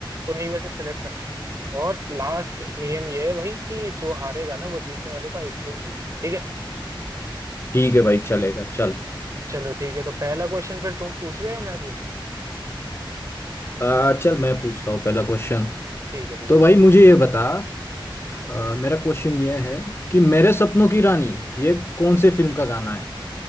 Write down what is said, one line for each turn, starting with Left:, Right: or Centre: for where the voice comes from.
Right: उन्हीं में से सिलेक्ट और लास्ट नियम ये है भाई कि जो हारेगा ना वो जीतने वाले को आइसक्रीम खिलाए ठीक है
Left: ठीक है भाई चलेगा चल
Right: चलो ठीक है तो पहला क्वेश्चन फिर तुम पूछ रहे हो या मैं पूछूं
Left: आ, चल मैं पूछता हूँ पहला क्वेश्चन
Right: ठीक है ठीक
Left: तो
Right: है
Left: भाई
Right: पूछो
Left: मुझे ये बता आ, मेरा क्वेश्चन ये है कि मेरे सपनों की रानी ये कौन से फिल्म का गाना है